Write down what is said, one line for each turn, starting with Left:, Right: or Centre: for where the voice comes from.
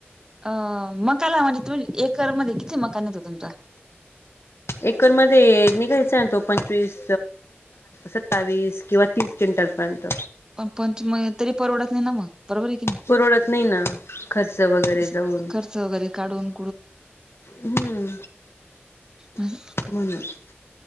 Right: अ मकाला म्हणजे तुम्ही एकरमध्येध्ये किती मका निघतो तुमचा?
Left: एकर मध्ये निघायचा ना तो पंचवीस सत्तावीस किंवा तीस क्विटलपर्यंत.
Right: पण <unintelligible> तरी परवडत नाही ना मग, बरोबर आहे की नाही
Left: परवडत नाही ना खर्च वगैरे
Right: असं
Left: जाऊन.
Right: खर्च वगैरे काढून
Left: हम्म
Right: हम
Left: <unintelligible>